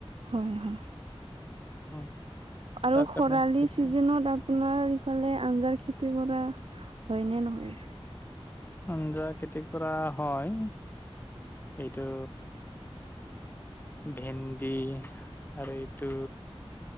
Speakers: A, on the right; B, on the left.
A: হয় হয়।
B: উম
A: আৰু
B: তাৰ
A: খৰালি
B: কাৰণে খেতি
A: চিজনত আপোনাৰ ইফালে আঞ্জাৰ খেতি কৰা হয় নে নহয়?
B: আঞ্জাৰ খেতি কৰা হয়, এইটো ভেন্দি আৰু এইটো